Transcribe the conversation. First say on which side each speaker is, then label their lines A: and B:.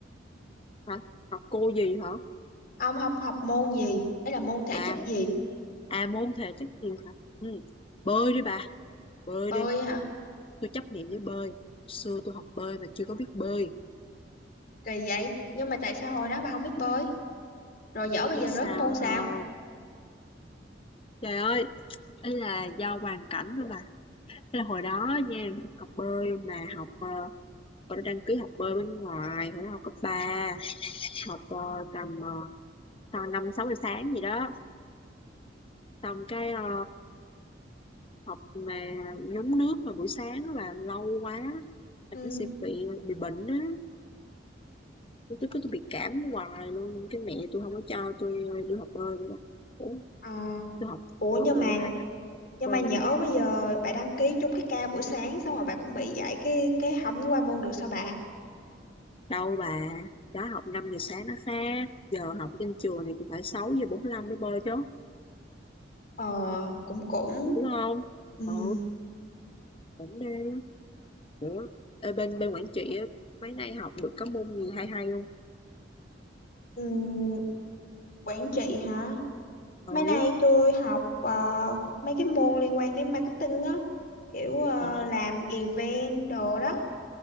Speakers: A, on the left; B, on the left.
A: hả học cô gì hả
B: Không, không học môn gì. Ấy là môn thể
A: à
B: chất gì?
A: à môn thể chất gì hả ừ. bơi đi bà bơi
B: Bơi
A: đi
B: hả?
A: tôi chấp nhận với bơi xưa tôi học bơi mà chưa có biết bơi
B: Kỳ vậy. Nhưng mà tại sao hồi đó bà không biết bơi? Rồi nhỡ bây
A: biết
B: giờ rớt
A: sao
B: môn sao?
A: không? trời ơi ấy là do hoàn cảnh thôi bà Thế là hồi đó nha học bơi mà học ờ, mình đã đăng ký học bơi bên ngoài hồi đó học cấp ba học ờ, tầm uh, tầm năm sáu giờ sáng gì đó xong cái ờ, học mà nhúng nước mà buổi sáng á là lâu quá là
B: Ừ.
A: nó sẽ bị bị bệnh á tôi cứ tôi bị cảm hoài luôn cái mẹ tôi không có cho tôi ờ, đi học bơi nữa Ủa,
B: Ờ.
A: tôi học
B: Ủa
A: tôi học
B: nhưng
A: được
B: mà
A: một tháng
B: nhưng
A: bơi
B: mà nhỡ bây giờ bà đăng ký trúng cái ca buổi sáng xong rồi bà cũng bị dạy cái cái không qua môn được sao bà?
A: đâu bà đó học 5 giờ sáng nó khác giờ học trên trường thì cũng phải 6 giờ bốn lăm mới bơi chứ
B: Ờ, cũng cũng
A: đúng không
B: Ừm,
A: ừ cũng đang nữa Ê, bên bên quản trị á, mấy nay học được có môn gì hay hay không
B: ừm, quản trị hả?
A: ừ
B: Mấy nay tôi học ờ, mấy cái môn liên quan đến marketing á, kiểu ờ,
A: ờ
B: làm event đồ đó,